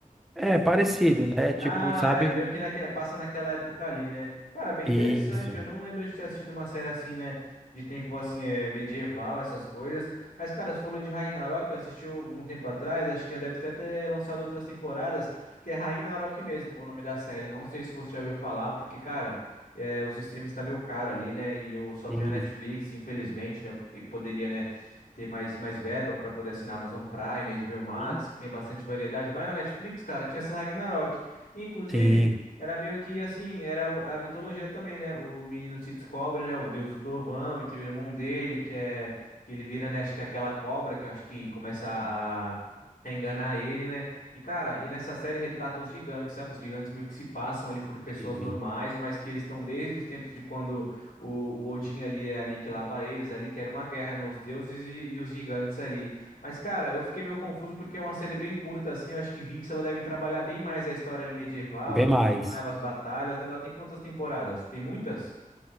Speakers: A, in the centre; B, on the left (about 80°).
A: é parecido,
B: Ou não?
A: né? Tipo,
B: Ah,
A: sabe?
B: é meio que naquela, passa naquela época ali, né? Cara, bem
A: Isso.
B: interessante. Eu não lembro de ter assistido uma série assim, né? De tempo assim, é, medieval, essas coisas. Mas, cara, você falou de Ragnarok, eu assisti um tempo atrás, acho que já deve ter até lançado outras temporadas, que é Ragnarok mesmo, o nome da série. Não sei se você já ouviu falar, porque, cara, é, os streams tá meio caro ali, né? E eu só
A: Sim.
B: tenho a Netflix, infelizmente, né? Porque poderia, né? ter mais, mais verba para poder assinar Amazon Prime, HBO Max,
A: Uhum.
B: que tem bastante variedade. Mas na Netflix, cara, tinha essa Ragnarok. E, inclusive,
A: Sim,
B: era meio que assim, era o- a mitologia também, né? O, o menino se descobre, né? O deus do trovão, e tem o irmão dele, que é. Que ele vira, né? Acho que é aquela cobra que eu acho que começa a. a enganar ele, né? E cara, e nessa série retrata os gigantes, sabe? Os gigantes meio que se passam ali por pessoas
A: sim.
B: normais, mas que eles estão desde os tempos de quando o, o Odin ali é, aniquilava eles ali, que era uma guerra, né? Os deuses e, e os gigantes ali. Mas, cara, eu fiquei meio confuso porque é uma série bem curta, assim. Eu acho que Vinx ela deve trabalhar bem mais a história ali medieval,
A: Bem
B: como
A: mais.
B: funcionava as batalhas, né? Ela tem quantas temporadas? Tem muitas?